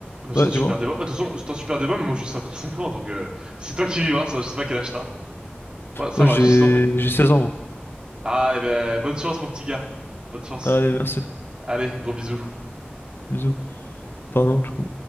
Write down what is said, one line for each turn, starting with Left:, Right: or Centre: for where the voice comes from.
Right: bah,
Left: Ouais,
Right: c'est un super
Left: dis-moi.
Right: débat. Attention, c'est un super débat, mais moi, j'ai 55 ans, donc euh, <laughs> c'est toi qui vivras ça. Je sais pas quel âge t'as. Ouais, ça
Left: Moi
Right: va,
Left: j'ai
Right: je suis en paix.
Left: j'ai 16 ans.
Right: Ah, et ben, bonne chance, mon petit gars. Bonne chance.
Left: Allez, merci.
Right: Allez, gros bisous.
Left: Bisous. Pardon, du coup.